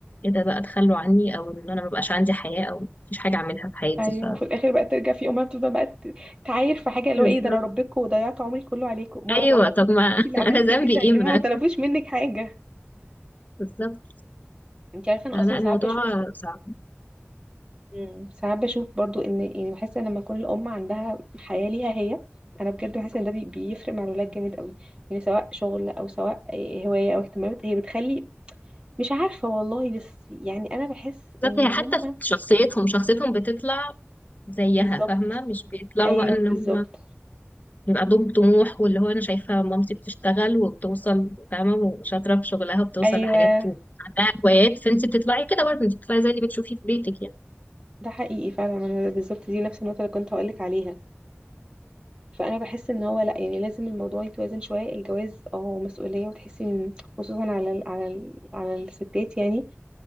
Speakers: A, on the left; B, on the right.
A: ايه ده بقى تخلوا عني او ان انا ما بقاش عندي حياه او مفيش حاجه اعملها في حياتي
B: ايوه
A: ف
B: وفي الاخر بقى ترجع في امها بتفضل بقى تت- تعاير في حاجه اللي
A: بالظبط
B: هو ايه ده انا ربيتكم وضيعت عمري كله عليكم ما
A: ايوه
B: حضرتك
A: طب ما
B: انت
A: <laughs>
B: اللي عملتي
A: انا ذنبي
B: كده
A: ايه
B: يعني
A: ما
B: هما ما طلبوش
A: أنا-
B: منك حاجه
A: بالظبط
B: انت عارفه انا
A: آه،
B: اصلا
A: لا
B: ساعات
A: الموضوع
B: بشوف
A: صعب
B: مم، ساعات بشوف برضو ان يعني بحس ان لما يكون الام عندها حياه ليها هي انا بجد بحس ان ده بي- بيفرق مع الولاد جامد قوي يعني سواء شغل او سواء هوايه او اهتمامات هي بتخلي مش عارفه والله بس يعني انا بحس
A: بالذات
B: ان
A: هي
B: هما
A: حتى في شخصيتهم شخصيتهم بتطلع زيها
B: بالظبط
A: فاهمة مش بيطلعوا
B: ايوه
A: بقى ان
B: بالظبط
A: هم بيبقى عندهم طموح واللي هو انا شايفة مامتي بتشتغل وبتوصل فاهمة وشاطرة في شغلها وبتوصل
B: ايوه
A: لحاجات وعندها هوايات فانت بتطلعي كده برضه انت بتطلعي زي اللي بتشوفيه في بيتك يعني
B: ده حقيقي فعلا ما انا بالظبط دي نفس النقطه اللي كنت هقولك عليها فانا بحس ان هو لا يعني لازم الموضوع يتوازن شويه الجواز اه مسؤوليه وتحسي ان خصوصا على ال على ال على الستات يعني